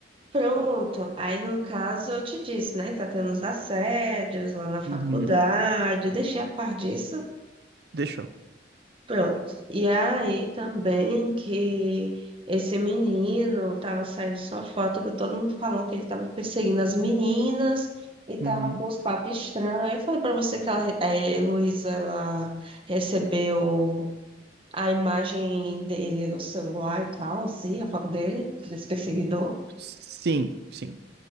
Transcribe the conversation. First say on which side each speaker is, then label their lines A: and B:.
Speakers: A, on the right (about 30°); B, on the right (about 60°).
A: Pronto. Aí, no caso, eu te disse, né? Tá tendo os assédios lá na faculdade.
B: Uhum.
A: Eu deixei a par disso.
B: Deixou.
A: Pronto. E aí também que esse menino tava saindo sua foto com todo mundo falando que ele tava perseguindo as meninas e tava
B: Uhum.
A: com os papos estranhos. Aí eu falei pra você que ela, eh, Heloísa, ela recebeu. a imagem dele no celular e tal, assim, a foto dele, desse perseguidor.
B: Sim, sim.